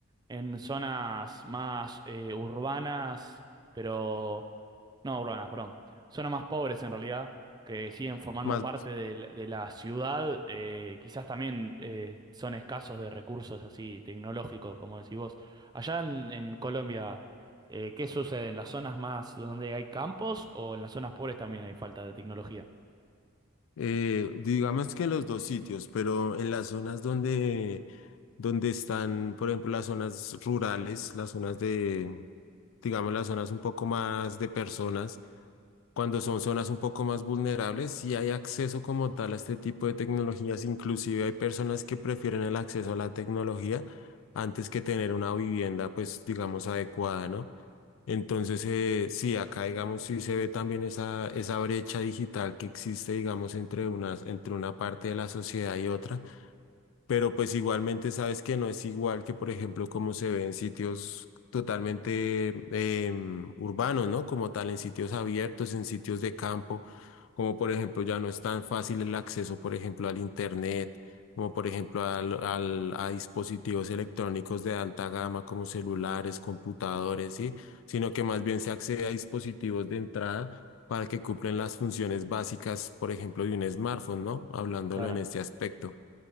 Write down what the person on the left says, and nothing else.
Más,
eh, digamos que en los dos sitios, pero en las zonas donde, donde están, por ejemplo, las zonas rurales, las zonas de, digamos, las zonas un poco más de personas. Cuando son zonas un poco más vulnerables, sí hay acceso como tal a este tipo de tecnologías. Inclusive hay personas que prefieren el acceso a la tecnología antes que tener una vivienda, pues digamos, adecuada, ¿no? Entonces, eh, sí, acá, digamos, sí se ve también esa, esa brecha digital que existe, digamos, entre unas, entre una parte de la sociedad y otra pero pues igualmente sabes que no es igual que, por ejemplo, como se ve en sitios totalmente em, urbanos, ¿no? Como tal, en sitios abiertos, en sitios de campo, como por ejemplo ya no es tan fácil el acceso, por ejemplo, al internet, como por ejemplo al, al- a dispositivos electrónicos de alta gama como celulares, computadores, ¿sí? Sino que más bien se accede a dispositivos de entrada. para que cumplen las funciones básicas, por ejemplo, de un smartphone, ¿no? Hablándolo
en este aspecto.